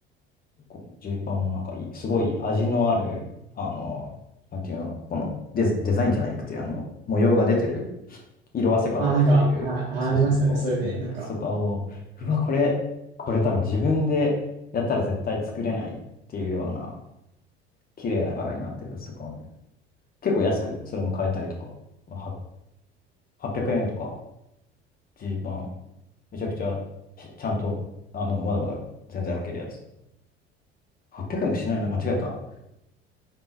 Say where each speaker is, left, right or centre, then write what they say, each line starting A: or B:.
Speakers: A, on the left; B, on the right.
A: このジーパンもなんかいい、すごい味のある、あの、なんていうの、このデザ、デザインじゃなくて、あの、模様が出てる、色あせ方をしている、
B: あー、なんか、あ、
A: そうそうそう、
B: あありますよね。そういうね、
A: うんやつとかを、
B: なんか、
A: うわ、これ、これ多分自分でやったら絶対作れないっていうような、綺麗な柄になってるやつとかをね、結構安く、それも買えたりとか、まあは800円とか、ジーパン、めちゃくちゃ、ちゃんと、あの、まだまだ全然履けるやつ。800円もしないな、間違えた。